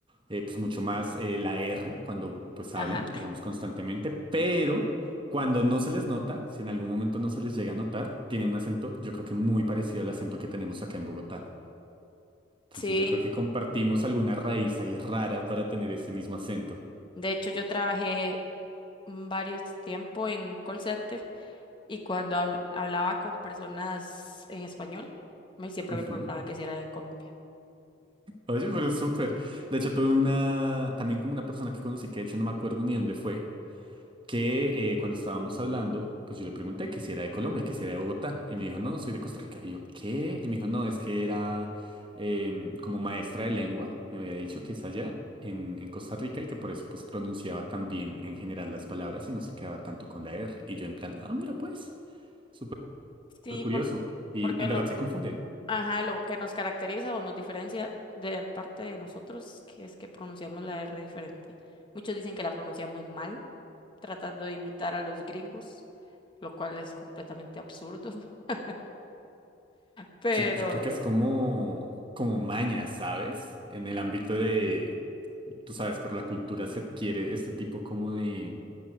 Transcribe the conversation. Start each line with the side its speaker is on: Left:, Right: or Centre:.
Right: eh, pues mucho más eh, la R cuando pues
Left: Ajá.
Right: hablan, digamos constantemente, pero cuando no se les nota, si en algún momento no se les llega a notar, tienen un acento yo creo que muy parecido al acento que tenemos acá en Bogotá. Entonces
Left: Sí,
Right: yo creo que compartimos alguna raíz ahí rara para tener ese mismo acento.
Left: de hecho yo trabajé varios tiempo en call center y cuando habl- hablaba con personas en español, me siempre
Right: Ujú.
Left: me preguntaba que si era de Colombia.
Right: Oye, pero súper. De hecho, tuve una, también como una persona que conocí, que de hecho no me acuerdo ni dónde fue, que eh, cuando estábamos hablando, pues yo le pregunté que si era de Colombia, que si era de Bogotá, y me dijo, no, soy de Costa Rica. Y yo, ¿qué? Y me dijo, no, es que era em, como maestra de lengua, me había dicho que es allá en, en Costa Rica y que por eso pues pronunciaba tan bien en general las palabras y no se quedaba tanto con la R. Y yo en plan, ah, mira pues. Súper
Left: Sí,
Right: súper curioso.
Left: por-
Right: Y
Left: porque
Right: en
Left: lo,
Right: verdad se confunden.
Left: Ajá, lo que nos caracteriza o nos diferencia de parte de nosotros, que es que pronunciamos la R diferente. Muchos dicen que la pronunciamos mal, tratando de imitar a los gringos, lo cual es completamente absurdo, <laughs> pero
Right: Yo, yo creo que es como, como maña, ¿sabes? En el ámbito de, tú sabes, por la cultura se adquiere este tipo como de,